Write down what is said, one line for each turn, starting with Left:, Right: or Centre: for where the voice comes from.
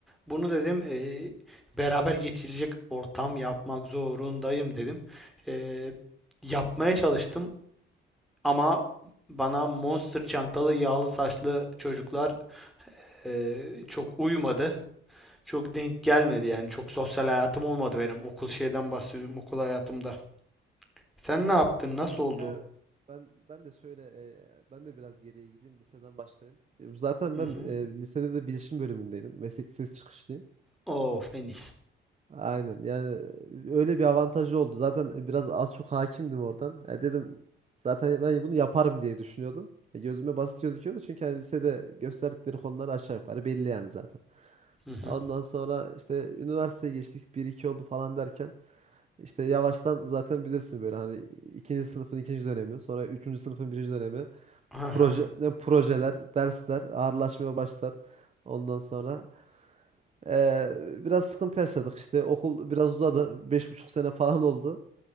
Centre: Bunu dedim e, beraber geçirecek ortam yapmak zorundayım dedim. E, yapmaya çalıştım. Ama bana monster çantalı yağlı saçlı çocuklar eee, çok uyumadı. Çok denk gelmedi yani. Çok sosyal hayatım olmadı benim. Okul şeyden bahsediyorum okul hayatımda. Sen ne yaptın? Nasıl oldu?
Right: Yani ben ben de şöyle eee, ben de biraz geriye gideyim liseden başlayayım. E, Zaten
Centre: Hı
Right: ben
Centre: hı.
Right: eee, lisede de bilişim bölümündeydim. Meslek lisesi çıkışlıyım.
Centre: Of en
Right: Aynen yani e, öyle bir avantajı oldu. Zaten e, biraz az çok hakimdim oradan. Ya dedim zaten ben bunu yaparım diye düşünüyordum. E, gözüme basit gözüküyordu çünkü hani lisede gösterdikleri konular aşağı yukarı belli yani zaten.
Centre: Hı hı.
Right: Ondan sonra işte üniversiteye geçtik bir iki oldu falan derken işte yavaştan zaten bilirsin böyle hani ikinci sınıfın ikinci dönemi sonra üçüncü sınıfın birinci dönemi
Centre: Aha.
Right: proje, ne projeler dersler ağırlaşmaya başlar. Ondan sonra ee, biraz sıkıntı yaşadık işte. Okul biraz uzadı. Beş buçuk sene falan oldu.